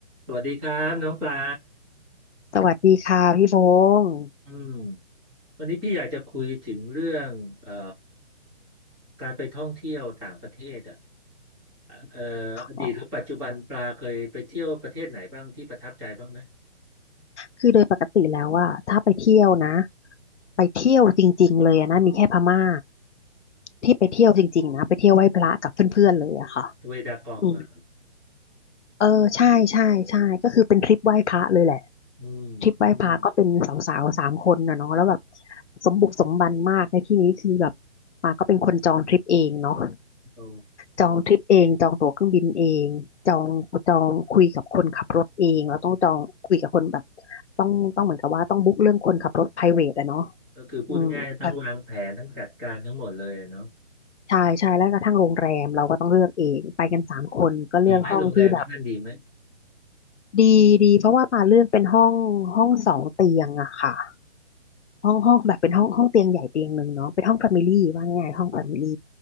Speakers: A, in the centre; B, on the left.
A: สวัสดีครับน้องปลา
B: สวัสดีค่ะพี่พงศ์
A: อืมวันนี้พี่อยากจะคุยถึงเรื่องเอ่อการไปท่องเที่ยวต่างประเทศอ่ะเอ่ออดีตหรือปัจจุบันปลาเคยไปเที่ยวประเทศไหนบ้างที่ประทับใจบ้างไหม
B: อ๋อคือโดยปกติแล้วอะถ้าไปเที่ยวนะไปเที่ยวจริงๆเลยอะนะมีแค่พม่าที่ไปเที่ยวจริงๆนะไปเที่ยวไหว้พระกับเพื่อนๆเลยอะค่ะ
A: เวดากองอ่ะ
B: อืมเออใช่ใช่ใช่ก็คือเป็นทริปไหว้พระเลยแหละ
A: อืม
B: ทริปไหว้พระก็เป็นสาวๆสามคนนะเนาะแล้วแบบสมบุกสมบันมากในที่นี้คือแบบมาก็เป็นคนจองทริปเองเนาะ
A: โอ้
B: จองทริปเองจองตั๋วเครื่องบินเองจองจองคุยกับคนขับรถเองเราต้องจองคุยกับคนแบบต้องต้องเหมือนกับว่าต้องบุ๊กเรื่องคนขับรถ private อะเนาะ
A: ก็คือพูดง่ายๆทั้งวางแผนทั้งจัดการทั้งหมดเลยเนาะ
B: อืมแบบใช่ใช่แล้วกระทั่งโรงแรมเราก็ต้องเลือกเองไปกันสามคนก็เลือกห้องที่แบบ
A: ดีไหมโรงแรมที่นั่นดีไหม
B: ดีดีเพราะว่าปาเลือกเป็นห้องห้องสองเตียงอะค่ะห้องห้องแบบเป็นห้องห้องเตียงใหญ่เตียงหนึ่งเนาะเป็นห้องแฟมิลี่ว่าง่ายๆห้องแฟมิลี่